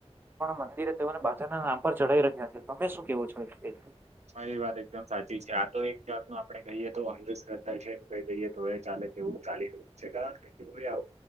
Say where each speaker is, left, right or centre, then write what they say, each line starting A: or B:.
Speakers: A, on the right (about 20°); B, on the right (about 85°).
A: મંદિરે તેઓને બાધા નામ પર ચઢી રાખીયા છે તમે શું કેવો <unintelligible>
B: તમારી વાત એકદમ સાચી છે આ તો એક જાતનો આપડણે કહીએ કો તો અંધશ્રદ્ધા છે એમ કહી દીયે તો એ ચાલે તેવું ચાલી રહ્યું છે કારણ કે તે આવ